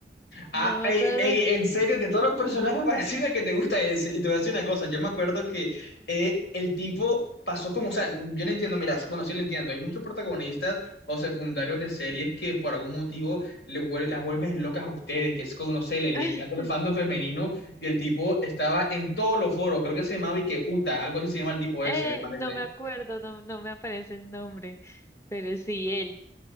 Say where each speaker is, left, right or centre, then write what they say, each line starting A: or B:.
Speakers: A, on the left; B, on the left.
A: Ah,
B: No me
A: ey,
B: acuerdo.
A: ey, en serio, de todos los personajes, para decirme que te gusta ese. Y te voy a decir una cosa, yo me acuerdo que eh, el tipo pasó como, o sea, yo no entiendo, mira, bueno, sí lo entiendo, hay muchos protagonistas o secundarios de series que por algún motivo le vuel- las vuelven locas a ustedes, que es como, no sé, le- les,
B: <laughs>
A: encanta el fandom femenino y el tipo estaba en todos los foros, creo que se llamaba y que Uta, algo así se llama el tipo
B: Eh,
A: ese, me parece.
B: no me acuerdo, no, no me aparece el nombre, pero sí él.